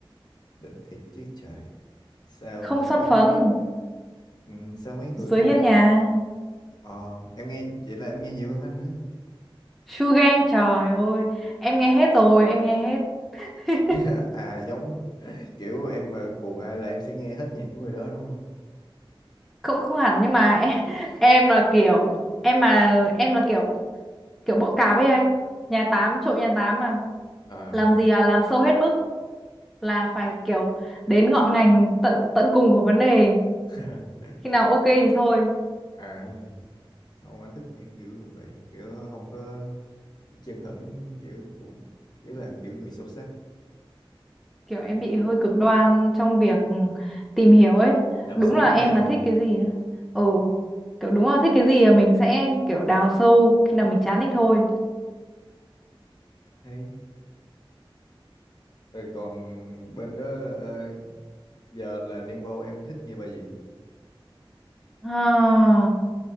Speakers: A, on the left; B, in the centre.
A: đỉnh thiệt chứ trời. Sao
B: không
A: mà
B: son
A: có
B: phấn
A: ừ, sao mấy người
B: dưới
A: cùng
B: hiên nhà
A: ờ em nghe vậy là em nghe nhiều hơn anh nữa.
B: Sugan trời ơi em nghe hết rồi em nghe hết <laughs>
A: <laughs> À giống kiểu em mà cuồng ai là em sẽ nghe hết nhạc của người đó đúng không?
B: cũng không hẳn nhưng mà em, <laughs> em là kiểu em mà em là kiểu kiểu bỏ cạp ấy anh nhà tám trộn nhà tám mà
A: À
B: làm gì à làm sâu hết mức là phải kiểu đến ngọn ngành tận tận cùng của vấn đề
A: <laughs>
B: khi nào ok thì thôi
A: à không anh thích những kiểu như vậy, kiểu không có chân hững kiểu cũng kiểu là kiểu người sâu sắc,
B: kiểu em bị hơi cực đoan trong việc tìm hiểu ấy
A: đào
B: đúng
A: sâu
B: là
A: vấn
B: em
A: đề hả?
B: mà thích cái gì á, ừ kiểu đúng là thích cái gì là mình sẽ kiểu đào sâu khi nào mình chán thì thôi
A: Hay Rồi còn bên đó ờ, giờ là đang vâu em thích nghe bài gì?
B: À,